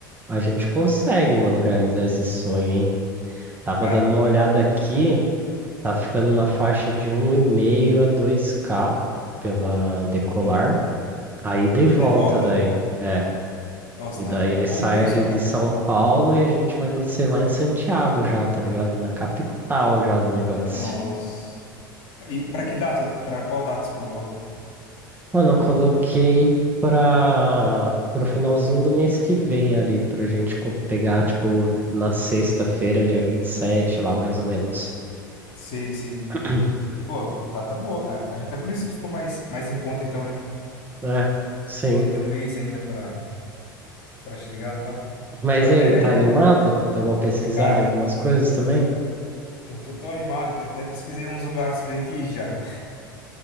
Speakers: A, on the right (about 15°); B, on the left (about 55°).
A: a gente consegue, mano, realizar esse sonho, hein? Tava
B: Cara,
A: dando uma olhada aqui, tá ficando na faixa de um e meio a dois k pela Decolar.
B: uhum.
A: Aí de
B: ida
A: volta
B: e de volta?
A: daí. é.
B: Nossa,
A: E
B: tá,
A: daí ele
B: tá bom
A: sai
B: o preço,
A: ali
B: hein,
A: de
B: cara?
A: São Paulo e a gente vai descer lá em Santiago já, tá ligado? Na capital já do negócio.
B: Nossa. E pra que data? Pra qual data você colocou?
A: Mano, eu coloquei para pro finalzinho do mês que vem ali, pra gente co- pegar, tipo, na sexta-feira, dia 27 lá mais ou menos.
B: Sei, sei.
A: <clears throat>
B: Pô, data boa, cara. Acho até por isso que ficou mais, mais em conta, então, né?
A: É, sim.
B: Que aí tem um mês ainda pra, pra chegar e tal.
A: Mas
B: Eu até,
A: e aí, tá animado? Deu uma pesquisada
B: cara,
A: em algumas coisas também?
B: eu tô tão animado que eu até pesquisei uns lugares pra gente ir já.